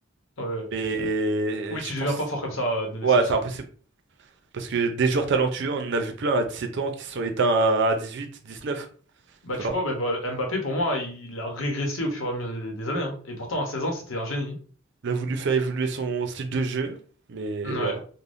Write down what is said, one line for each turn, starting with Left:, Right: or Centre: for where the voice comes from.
Left: Ouais. ouais.
Right: mais
Left: Oui,
Right: je
Left: tu
Right: pense,
Left: deviens pas fort comme ça euh, de naissance.
Right: ouais, c'est impossible parce que des joueurs talentueux, on en a vu plein à 17 ans qui se sont éteints à à 18, 19,
Left: Bah,
Right: tu
Left: tu
Right: vois.
Left: vois, bah, bah, Mbappé, pour moi, il a régressé au fur et à mesure des années. hein. Et pourtant, à 16 ans, c'était un génie.
Right: Il a voulu faire évoluer son style de jeu, mais
Left: hein.
Right: voilà.
Left: Ouais.